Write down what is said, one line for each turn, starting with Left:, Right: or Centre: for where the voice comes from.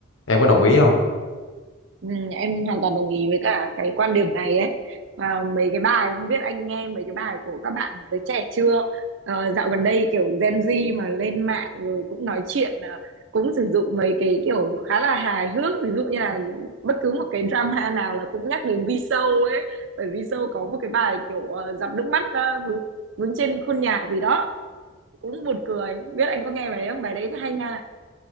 Left: em có đồng ý không
Right: Ừ, em hoàn toàn đồng ý với cả cái quan điểm này ấy. Và mấy cái bài không biết anh nghe mấy cái bài của các bạn giới trẻ chưa? Ờ, dạo gần đây kiểu Gen Z mà lên mạng rồi cũng nói chuyện à, cũng sử dụng mấy cái kiểu khá là hài hước ví dụ như là bất cứ một cái drama nào là cũng nhắc đến V-Show ấy bởi V-Show có một cái bài kiểu ờ, giọt nước mắt ờ, vướng, vướng trên khuôn nhạc gì đó cũng buồn cười Không biết anh có nghe bài đấy không bài đấy hay nha